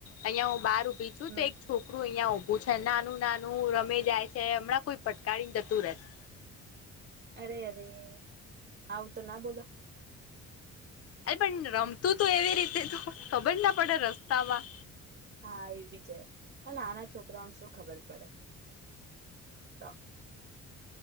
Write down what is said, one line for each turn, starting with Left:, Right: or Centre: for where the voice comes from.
Left: અહિયા હું બહાર ઉભી છું
Right: હમ
Left: તો એક છોકરું અહિયાં પૂછાય નાનું નાનું રમે જાય છે હમણાં કોઈ પટકારીન જતું રહેશે.
Right: અરે અરેે. આવું તો ના બોલો.
Left: અરે પણ રમતું તો એવી રીતે તો ખબર ના પડે રસ્તામાં
Right: હા એ બી છે અને નાના છોકરાઓને શું ખબર પડે. તો